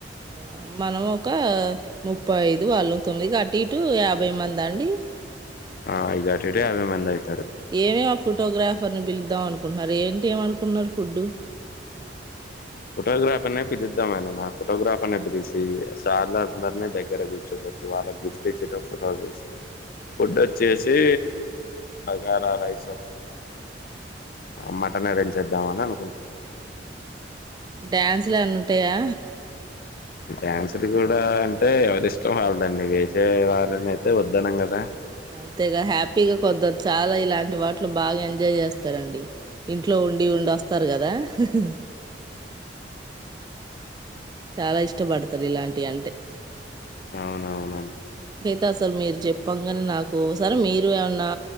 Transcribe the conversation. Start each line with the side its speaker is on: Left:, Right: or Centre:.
Right: ఆ మనం ఒక ము ముప్పై ఐదు వాళ్ళు తొమ్మిది కి అటు ఇటు యాభై మంది ఎంద అండి
Left: ఆ ఇటు అటిటుగా యాభై మంది అయి
Right: ఏవే ఫోటోగ్రాఫర్ ని పిలుద్దాం అనుకున్నారు ఏంటి ఏమ అనుకున్నారు ఫుడ్
Left: ఫోటోగ్రాఫర్నే పిలుద్దామని మా ఫొటోగ్రాఫర్ ని పిలిచి సార్ల అందరినీ దగ్గర కూర్చోపెట్టి వాళ్ళకి గిఫ్ట్లు ఇచ్చేట ఫోటోలు తీసి ఫుడ్ వొచ్చేసి బగారా రైస్ ఒకట్ ఆ మటన్ అరంజ్ చేద్దామ అని అనుకుంటున్నాము
Right: డ్యాన్స్లు ఏమైనా ఉంటాయా
Left: డ్యాన్సులు కూడా అంటే ఎవరిష్టం వాళ్ళదండి వేసే వారని అయితే వద్దనం కదా
Right: అంతేగా హ్యాపీగా కొద్దదు చాలా ఇలాంటి వాటిలు బాగా ఎంజాయ్ చేస్తారండి ఇంట్లో ఉండి ఉండి వస్తారు కదా హుహు చాలా ఇష్టపడతారు ఇలాంటివి అంటే
Left: అవునవునండి
Right: అతే అసలు మీరు చెప్పంగాని నాకు సరే మీరు ఏమన్నా